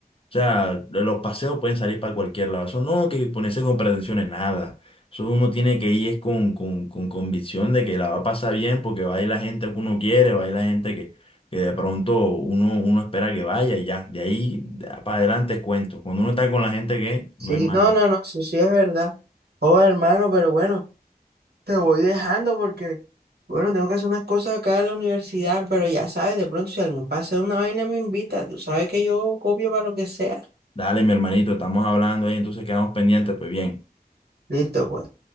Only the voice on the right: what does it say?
Sí,
no,
no, no, eso sí es verdad. Oh, hermano, pero bueno, te voy dejando porque, bueno, tengo que hacer unas cosas acá en la universidad, pero ya sabes, de pronto si algún pase de una vaina me invita, tú sabes que yo copio para lo que sea.
Listo, pues.